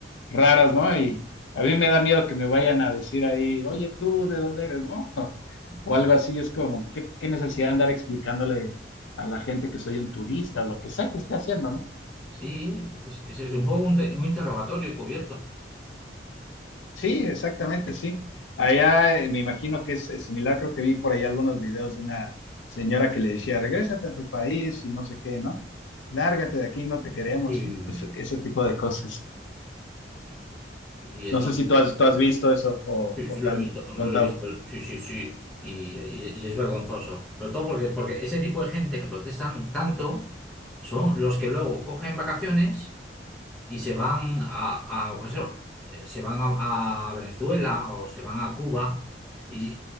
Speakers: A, on the left; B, in the centre.
A: raras, ¿no? Y a mí me da miedo que me vayan a decir ahí, oye, tú, ¿de dónde eres, no? <laughs> O
B: Mm.
A: algo así, es como, ¿qué, qué necesidad de andar explicándole a la gente que soy un turista o lo que sea que esté haciendo, ¿no?
B: Sí, es, es- es un poco un, te- un interrogatorio encubierto.
A: Sí, exactamente, sí. Allá eh, me imagino que es eh, similar, creo que vi por ahí algunos videos de una señora que le decía, regrésate a tu país y no sé qué, ¿no? Lárgate de aquí, no te queremos,
B: Y,
A: y cos- ese tipo de cosas.
B: y es
A: No sé si tú has, tú has visto eso o,
B: Sí,
A: o
B: sí, lo
A: te han
B: he visto, lo
A: contado.
B: he visto, sí, sí, sí, y, y- y es vergonzoso. Sobre todo porque, porque ese tipo de gente que protestan tanto son los que luego cogen vacaciones y se van a, a, pues eso, eh, se van a, a Venezuela o se van a Cuba y,